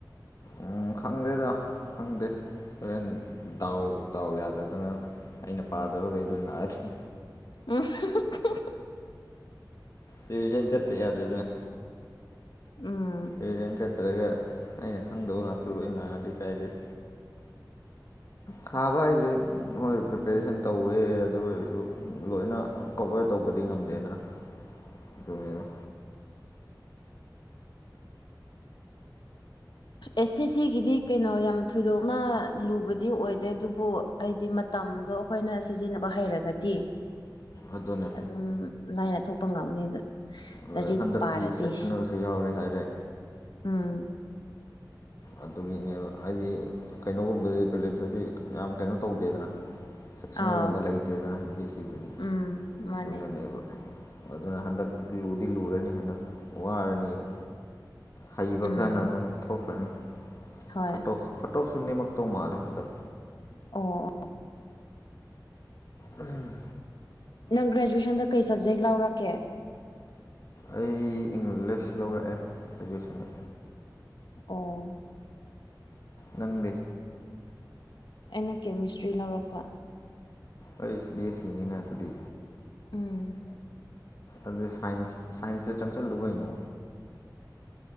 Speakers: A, on the left; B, on the left.
A: ꯎꯝ ꯈꯪꯗꯦꯗ ꯈꯪꯗꯦ ꯍꯣꯔꯦꯟ ꯗꯥꯎ ꯗꯥꯎ ꯌꯥꯗꯗꯅ ꯑꯩꯅ ꯄꯥꯗꯕꯈꯩ ꯂꯣꯏ ꯂꯥꯛꯑꯗꯤ
B: ꯎꯝ <unintelligible>
A: ꯔꯤꯚꯤꯖꯟ ꯆꯠꯇ ꯌꯥꯗꯦꯗꯅ
B: ꯎꯝ
A: ꯔꯤꯖꯦꯟ ꯆꯠꯇ꯭ꯔꯒ ꯑꯩꯅ ꯈꯪꯗꯕ ꯉꯥꯛꯇ ꯂ‌ꯣꯏꯅ ꯂꯥꯛꯑꯗꯤ ꯀꯥꯏꯗꯩ
B: <unintelligible>
A: ꯊꯥꯕ ꯍꯥꯏꯁꯦ ꯃꯣꯏ ꯄ꯭ꯔꯤꯄꯦꯔꯦꯁꯟ ꯇꯧꯋꯦ ꯑꯗꯨ ꯑꯣꯏꯔꯁꯨ ꯂꯣꯏꯅ ꯀꯕꯔ ꯇꯧꯕꯗꯤ ꯉꯝꯗꯦꯗꯅ
B: ꯎ
A: ꯗꯨꯅꯦꯗ
B: ꯑꯦ ꯁꯤ ꯁꯤꯒꯤꯗꯤ ꯀꯩꯅꯣ ꯌꯥꯝ ꯊꯣꯏꯗꯣꯛꯅ ꯂꯨꯕꯗꯤ ꯑꯣꯏꯗꯦ ꯑꯗꯨꯕꯨ ꯑꯩꯗꯤ ꯃꯇꯝꯗꯣ ꯑꯈꯣꯏꯅ ꯁꯤꯖꯤꯟꯅꯕ ꯍꯩꯔꯒꯗꯤ
A: ꯑꯗꯨꯅꯦ
B: ꯑꯗꯨꯝ ꯂꯥꯏꯅ ꯊꯣꯛꯄ ꯉꯝꯅꯤꯗ
A: ꯍꯣꯏ
B: ꯂꯥꯏꯔꯤꯛ
A: ꯍꯟꯗꯛꯇꯤ
B: ꯄꯥꯔꯗꯤ
A: ꯁꯦꯛꯁꯟꯅꯜꯁꯨ ꯌꯥꯎꯔꯦ ꯍꯥꯏꯔꯦ
B: ꯎꯝ
A: ꯑꯗꯨꯒꯤꯅꯦꯕ ꯍꯥꯏꯗꯤ ꯀꯩꯅꯣꯒꯨꯝꯕ ꯄ꯭ꯔꯣꯕ꯭ꯂꯦꯝꯁꯤꯗꯤ ꯌꯥꯝ ꯀꯩꯅꯣ ꯇꯧꯗꯦꯗꯅ ꯁꯦꯛꯁꯟ
B: ꯑꯥꯎ
A: ꯑꯗꯨꯒꯨꯝꯕ ꯂꯩꯇꯦꯗꯅ ꯍꯥꯏ ꯄ ꯁꯤꯗꯗꯤ
B: ꯎꯝ ꯃꯥꯅꯦ
A: ꯑꯗꯨꯅꯅꯦꯕ ꯑꯗꯨꯅ ꯍꯟꯗꯛ ꯂꯨꯗꯤ ꯂꯨꯔꯅꯤ ꯍꯟꯗꯛ ꯋꯥꯔꯅꯤꯕ ꯍꯩꯕ
B: ꯎꯝ
A: ꯈꯔꯅ ꯑꯗꯨꯝ ꯊꯣꯛꯈ꯭ꯔꯅꯤ
B: ꯍꯣꯏ
A: ꯀꯠ
B: ꯑꯣ
A: ꯑꯣꯐ ꯀꯠ ꯑꯣꯐꯁꯨ ꯅꯦꯝꯃꯛꯇꯧ ꯃꯥꯜꯂꯦ ꯍꯟꯗꯛ
B: ꯑꯣ ꯑꯣ
A: ꯎꯝ
B: ꯅꯪ ꯒ꯭ꯔꯦꯖꯨꯋꯦꯁꯟꯗ ꯀꯩ ꯁꯞꯖꯦꯛ ꯂꯧꯔꯛꯀꯦ
A: ꯑꯩ ꯏꯪꯂꯤꯁ ꯂꯧꯔꯛꯑꯦ ꯒ꯭ꯔꯦꯖꯨꯋꯦꯁꯟꯗ
B: ꯑꯣ
A: ꯅꯪꯗꯤ
B: ꯑꯩꯅ ꯀꯦꯃꯤꯁꯇ꯭ꯔꯤ ꯂꯧꯔꯛꯄ
A: ꯑꯩꯁ ꯕꯤ ꯑꯦꯁ ꯁꯤꯅꯤꯅ ꯑꯗꯨꯗꯤ
B: ꯎꯝ
A: ꯑꯗꯨ ꯁꯥꯏꯟꯁ ꯁꯥꯏꯟꯁꯇ ꯆꯪꯁꯜꯂꯨꯕꯩꯅꯣ